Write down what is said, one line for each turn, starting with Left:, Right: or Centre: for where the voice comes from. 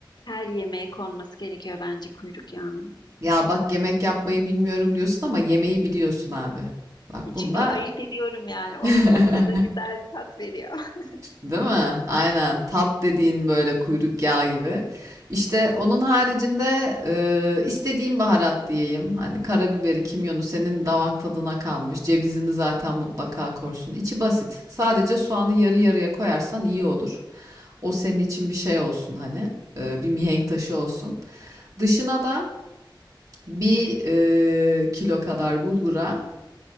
Left: Her yemeğe konması gerekiyor bence kuyruk yağının.
Right: Ya bak yemek yapmayı bilmiyorum diyorsun ama yemeği biliyorsun abi. Bak
Left: E, Çünkü
Right: bunda
Left: ayırt ediyorum yani. Onun
Right: <laughs>
Left: o tadı güzel bir tat veriyor. <laughs>
Right: değil mi? Aynen tat dediğin böyle kuyruk yağı gibi. İşte onun haricinde e, istediğim baharat diyeyim. Hani karabiberi, kimyonu senin damak tadına kalmış. Cevizini zaten mutlaka korsun. İçi basit. Sadece soğanı yarı yarıya koyarsan iyi olur. O senin için bir şey olsun hani. e, bir mihenk taşı olsun. Dışına da bir e, kilo kadar bulgura